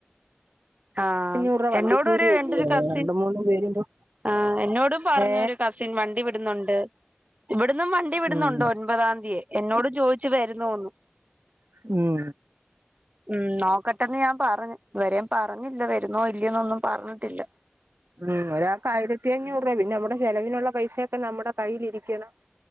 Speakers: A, on the right (about 40°); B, on the right (about 80°).
A: ആ
B: അഞ്ഞൂറ് രൂപ വണ്ടിക്കൂലി
A: എന്നോടൊരു
B: അല്ലയോ
A: എന്റെ ഒരു കസിൻ
B: രണ്ട് മൂന്ന് പേരുമ്പോ
A: ആ എന്നോടും പറഞ്ഞു
B: ഏ
A: ഒരു കസിൻ വണ്ടി വി ന്നൊണ്ട് ഇവിടുന്നും വണ്ടി വിടുന്നുണ്ട്
B: ഉം
A: ഒൻപതാതിയെ എന്നോട് ചോയിച്ചു വരുന്നോ ന്നു
B: ഉം
A: ഉം നോക്കട്ടെന്ന് ഞാൻ പറഞ്ഞു ഇതുവരെയ പറഞ്ഞില്ല വരുന്നോ ഇല്ലെന്നൊന്നും പറഞ്ഞിട്ടില്ല
B: ഉം ഒരാൾക്ക് ആയിരത്തി അഞ്ഞൂറ് രൂപ പിന്നെ നമ്മടെ ചെലവിനുള്ള പൈസയൊക്കെ നമ്മുടെ കയ്ൽരിക്കണം